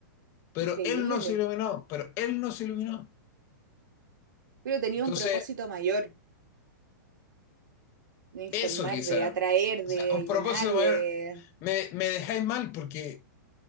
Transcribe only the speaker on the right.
Increíble.
Pero tenía
un propósito mayor, de informar,
de atraer, de
llenar y
de...